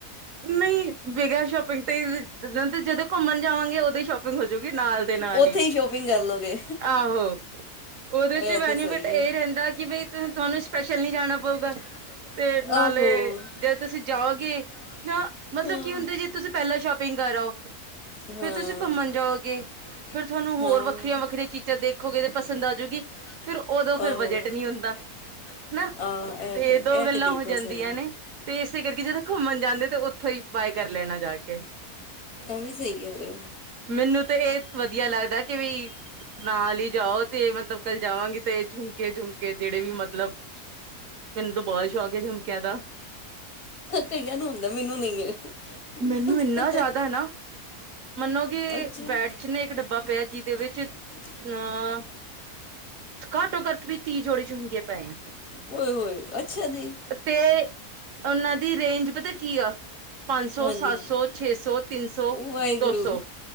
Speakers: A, on the right; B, on the left.
A: ਨਹੀਂ ਬਗੇਰ ਸ਼ੋਪਿੰਗ ਤੇ ਜ ਜਦੋਂ ਘੁੰਮਣ ਜਾਵਾਂਗੇ ਓਦੋ ਹੀ ਸ਼ੋਪਿ ਗ ਹੋ ਜੂਗੀ ਨਾਲ ਦੇ ਨਾਲ
B: ਉੱਥੇ
A: ਹੀ,
B: ਸ਼ੋਪਿੰਗ ਕਰ ਲੋਗੇ
A: ਆਹੋ ਓਦੇ
B: ਇਹ
A: ਚ ਬੈਨੀਫਿਟ
B: ਤਾਂ ਸਹੀ
A: ਏ
B: ਹੈ। ਇਹ
A: ਰੈਂਦਾ
B: ਰਹਿੰਦਾ
A: ਕਿ ਬਈ ਤੁਹਾਨੂੰ
B: ਕਿ ਬਈ
A: ਸਪੈਸ਼ਲ
B: ਤੁਹਾਨੂੰ
A: ਨੀ ਜਾਣਾ
B: ਸਪੈਸ਼ਲੀ
A: ਬਊਗਾ।
B: ਜਾਣਾ ਪਊਗਾ,
A: ਤੇ ਨਾਲੇ
B: ਆਹੋ। ਜੇ
A: ਜਦ ਤੁਸੀ ਜਾਓ
B: ਤੁਸੀਂ
A: ਗੇ
B: ਜਾਓਗੇ
A: ਨਾ ਮਤਲਬ
B: ਹਾਂ
A: ਕੀ ਹੁੰਦੇ ਜੇ ਤੁਸੀਂ ਪੈਲਾਂ ਸ਼ੋਪ ਪਿੰਗ ਕਰੋ। ਫਿਰ
B: ਤੇ ਹਾਂ। ਘੁੰਮਣ
A: ਤੁਸੀਂ ਘੁੰਮਨ ਜਾਓਗੇ,
B: ਜਾਓਗੇ,
A: ਫੇਰ ਤੁਹਾਨੂੰ ਹੋਰ
B: ਹਾਂ।
A: ਵੱਖਰੀਆਂ, ਵੱਖਰੀਆਂ ਚੀਜਾ
B: ਵੱਖਰੀਆਂ
A: ਦੇਖੋਗੇ
B: ਚੀਜ਼ਾਂ
A: ਤੇ ਪਸੰਦ
B: ਦੇਖੋਗੇ
A: ਆਜੂਗੀ।
B: ਤੇ ਪਸੰਦ ਆ ਜਾਊਗੀ,
A: ਫਿਰ ਓਦੋਂ ਫਿਰ
B: ਆਹੋ।
A: ਬਜਟ
B: ਉਦੋਂ ਫਿਰ
A: ਨੀ ਹੁੰਦਾ।
B: ਬਜਟ
A: ਹਨਾ,
B: ਨਹੀਂ ਹੁੰਦਾ। ਆਹ ਇਹ
A: ਤੇ ਦੋ
B: ਇਹ
A: ਗੱਲਾਂ
B: ਬਿਲਕੁਲ
A: ਹੋ ਜਾਂਦੀਆਂ
B: ਸਹੀ
A: ਨੇ ਤੇ ਕਰਕੇ ਜਦੋਂ ਘੁੰਮਨ ਜਾਂਦੇ ਸਗੋ ਓਥੋਂ ਹੀ ਬਾਏ ਕਰ ਲੈਣਾ ਜਾ ਕੇ।
B: ਐ ਵੀ ਸਹੀ ਕੈ ਰੇ ਓ।
A: ਮੈਨੂੰ ਤੇ ਏਹ ਵਦੀਆ ਲੱਗਦਾ ਕਿ ਵੀ ਨਾਲ ਹੀ ਜਾਓ, ਤੇ ਮਤਲਬ ਕੱਲ ਜਾਵਾਂਗੀ ਤੇ ਇਹ ਝੁਮਕੇ ਝੁਮ ਕੇ ਜੇੜੇ ਵੀ ਮਤਲਬ ਮੈਨੂੰ ਤਾਂ ਬਹੁਤ ਸ਼ੌਕ ਹੈ ਝੁਮਕਿਆਂ ਦਾ
B: ਕਈਆਂ ਨੂੰ ਹੁੰਦਾ ਮੈਨੂੰ ਨਹੀ ਹੈ। ਅੱਛਾ।
A: ਮੈਨੂੰ ਇਨਾ ਜਾਦਾ ਨਾ, ਮੰਨੋ ਗੇ
B: ਕਿਉਂਕਿ
A: ਬੈਡ
B: ਬੈਠਣੇ
A: ਚ ਨਾ ਏਕ ਡੱਬਾ ਪਿਆ
B: ਇੱਕ
A: ਜੀਦੇ
B: ਡੱਬਾ
A: ਵਿੱਚ
B: ਪਿਆ ਜਿਹਦੇ
A: ਅਹ
B: ਵਿੱਚ
A: ਘੱਟੋ ਘੱਟ ਵੀ ਤੀਹ ਜੋੜੀ ਝੂਮਕੇ ਪਏ ਆ।
B: ਓਹੇ, ਓਹੇ, ਅੱਛਾ ਜੀ।
A: ਤੇ ਉਹਨਾਂ ਦੀ ਰੇਂਜ ਪਤਾ ਕੀ ਆ? ਪੰਜ ਸੌ,
B: ਹਾਂਜੀ
A: ਸੱਤ ਸੌ, ਛੇ ਸੌ, ਤਿੰਨ ਸੌ,
B: ਵਾਹਿਗੁਰੂ
A: ਦੋ ਸੌ